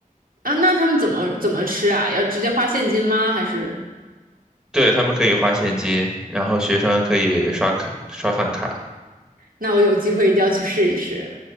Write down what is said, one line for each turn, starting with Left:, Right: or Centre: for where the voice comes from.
Right: 啊，那他们怎么怎么吃啊？要直接花现金吗？还是？
Centre: 对，他们可以花现金，然后学生可以刷卡刷饭卡。
Right: 那我有机会一定要去试一试。